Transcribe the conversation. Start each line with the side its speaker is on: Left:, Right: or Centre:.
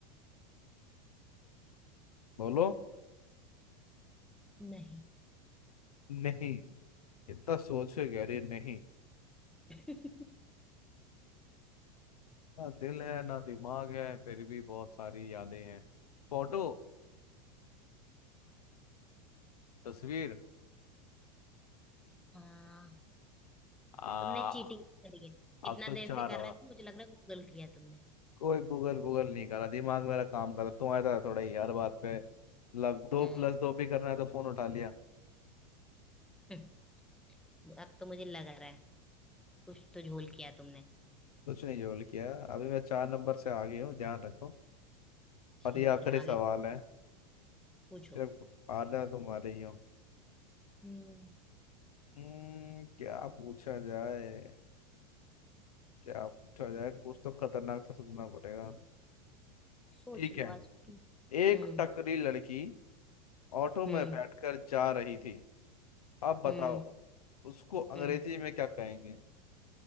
Left: बोलो
Centre: नहीं
Left: नहीं इतना सोच के कह रही है, नहीं
Centre: <laughs>
Left: ना दिल है ना दिमाग है फिर भी बहुत सारी यादें हैं फोटो तस्वीर
Centre: हाँ
Left: आ
Centre: तुमने चीटिंग करी है
Left: अब
Centre: इतना
Left: तो चार
Centre: देर से कर
Left: और
Centre: रहे थे मुझे लग रहा है गूगल किया तुमने
Left: कोई गूगल गूगल नहीं करा दिमाग मेरा काम कर रहा तुम्हारा था थोड़ा ही हर बात पे मतलब दो
Centre: हाँ
Left: प्लस दो भी करना है तो फोन उठा लिया
Centre: <laughs> अब तो मुझे लग रहा है कुछ तो झोल किया तुमने
Left: कुछ नहीं जोल किया अभी मैं चार नंबर से आगे हूँ ध्यान रखो
Centre: ठीक
Left: और ये आखिरी
Centre: है
Left: सवाल
Centre: आगे पूछ-
Left: है
Centre: पूछो
Left: सिर्फ आधा तुम्हारे ही हो
Centre: हम्म
Left: हम्म क्या पूछा जाए क्या पूछा जाए कुछ तो खतरनाक सा सोचना पड़ेगा
Centre: सोच
Left: ठीक है
Centre: लो आज तुम
Left: एक
Centre: हम्म
Left: टकरी लड़की ऑटो में
Centre: हम्म
Left: बैठकर जा रही थी अब बताओ
Centre: हम्म
Left: उसको अंग्रेजी
Centre: हम्म
Left: में क्या कहेंगे